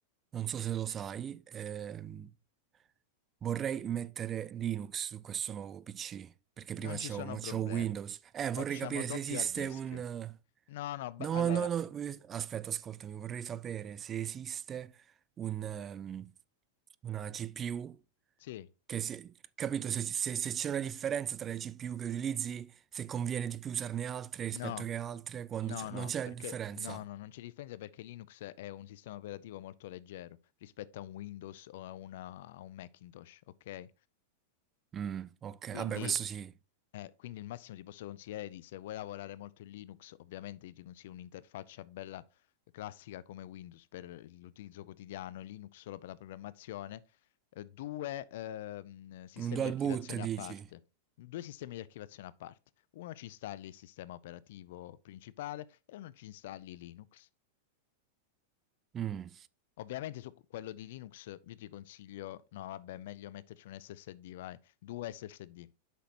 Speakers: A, on the right; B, on the left.
A: non so se lo sai, ehm, Vorrei mettere Linux su questo nuovo PC, perché prima
B: Non
A: c'ho,
B: ci sono
A: mo c'ho
B: problemi.
A: Windows. Eh,
B: Facciamo
A: vorrei capire
B: doppio
A: se esiste
B: hard disk.
A: un...
B: No, no, ba-
A: No,
B: allora,
A: no, no, eh, aspetta, ascoltami, vorrei sapere se esiste un, ehm, una GPU,
B: sì,
A: che se, capito, se se- se c'è una differenza tra le GPU che utilizzi, se conviene di più usarne altre rispetto
B: no.
A: che altre, quando
B: No,
A: c'è...
B: no,
A: Non c'è
B: perché
A: differenza.
B: no, no, non c'è differenza perché Linux è un sistema operativo molto leggero rispetto a un Windows o a, una- a un Macintosh, ok?
A: Mm, ok,
B: Quindi,
A: vabbè, questo sì.
B: eh, quindi il massimo ti posso consigliare di, se vuoi lavorare molto in Linux, ovviamente io ti consiglio un'interfaccia bella classica come Windows per l'utilizzo quotidiano, e Linux solo per la programmazione, eh, due ehm, sistemi
A: Un dual
B: di archiviazione
A: boot, dici?
B: a parte. Due sistemi di archiviazione a parte. Uno ci installi il sistema operativo principale e uno ci installi Linux.
A: Mm.
B: Ovviamente su quello di Linux io ti consiglio, no, vabbè, è meglio metterci un SSD, vai, due SSD.